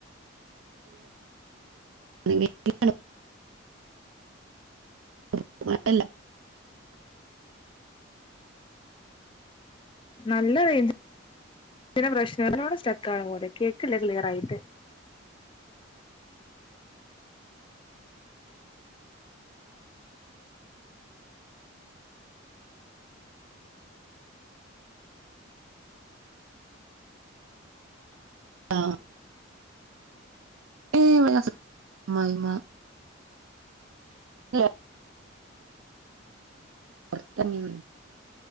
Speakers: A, on the right (about 80°); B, on the left (about 25°).
A: <unintelligible> <unintelligible> അല്ല
B: നല്ല റേഞ്ച് ഇെ പ്രശ്നത്തിനോട് സ്റ്റെക്ക ആണ പോലെ കേക്കില്ല ക്ലിയർ ആയിട്ട്
A: ആഹ ഏ <unintelligible> ആഹ <unintelligible>